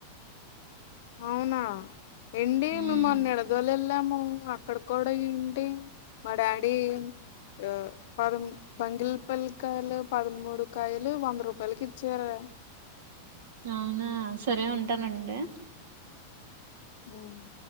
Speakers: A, on the left; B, on the right.
A: అవునా ఎండీ
B: ఉమ్
A: మొన్న ఎడ దొల్ ఎల్ ళ్ళము అక్కడ కూడా ఏంటి మా డాడీ ఆ పద బంగిలిపల్లికాయలు పదమూడు కాయలు వంద రూపాయలకి ఇచ్చారే
B: అవునా సరే ఉంటానుండే
A: మ్